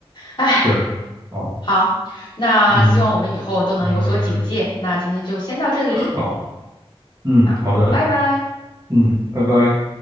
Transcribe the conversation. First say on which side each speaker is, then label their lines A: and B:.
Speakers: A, on the left (about 50°); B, on the right (about 35°).
A: 唉，
B: 是，好，
A: 好，那希望我们以后都能有所警戒。
B: 嗯嗯、呃
A: 那今天就先到这里，
B: 好，嗯好的，
A: 好，拜拜。
B: 嗯，拜拜。